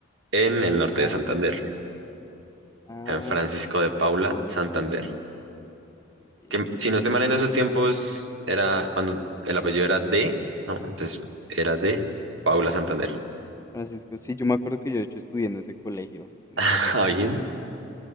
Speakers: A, on the right; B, on the left.
A: en el norte
B: Ah,
A: de Santander,
B: ok. Ah,
A: en Francisco
B: con
A: de Paula,
B: razón,
A: Santander.
B: con razón. Ok,
A: Que si
B: ok.
A: no estoy mal en esos tiempos era cuando el apellido era de, ¿no? Entonces era de Paula Santander.
B: Francisco, sí, yo me acuerdo que yo de hecho estudié en ese colegio, en
A: <laughs>
B: el- allí en
A: Alguien
B: Kennedy.